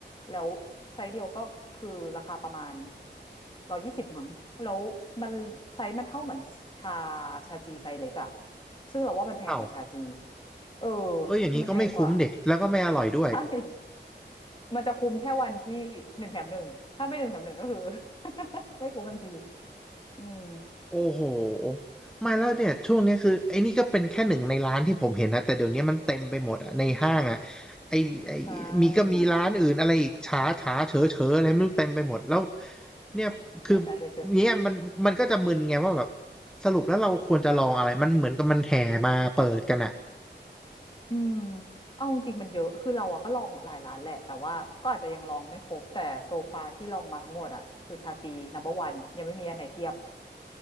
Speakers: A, on the left (about 25°); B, in the centre.
A: แล้วไซส์เดียวก็คือราคาประมาณร้อยยี่สิบมั้งแล้วมันไซส์มันเท่าเหมือนชาชาจีไซส์เล็กอะซึ่งเราว่ามันแพงกว่าชาจี
B: เอ้าว
A: เออ
B: เอออย่างนี้ก็ไม่คุ้มเด็กแล้วก็ไม่อร่อยด้วย
A: มันแพงกว่าใช่มมันจะคุ้มแค่วันที่หนึ่งแถมหนึ่งถ้าไม่หนึ่งแถมหนึ่งก็คือ <laughs> ไม่คุ้มทันทีอืม
B: โอ้โหไม่แล้วเนี่ยช่วงเนี้ยคือไอ้นี่ก็เป็นแค่หนึ่งในร้านที่ผมเห็นนะแต่เดี๋ยวนี้มันเต็มไปหมดอะในห้างอะไอ้ไอ้มีก็มีร้านอื่นอะไรอีกฉาฉาเฉอเฉออะไรไม่รู้เต็มไปหมดแล้ว
A: ใช่
B: เนี่ยคือ
A: แต่จ่ายเจอ
B: เนี่ยมันมันก็จะมึนไงว่าแบบสรุปแล้วเราควรจะลองอะไรมันเหมือนกับมันแห่มาเปิดกันอะ
A: ๆอืมเอาจริงๆมันเยอะคือเราอะก็ลองหลายร้านแหละแต่ว่าก็อาจจะยังลองไม่ครบ แต่โซฟาที่ลองมาทั้งหมดอะคือชาจีนัมเบอร์วันยังไม่มีอันไหนเทียบ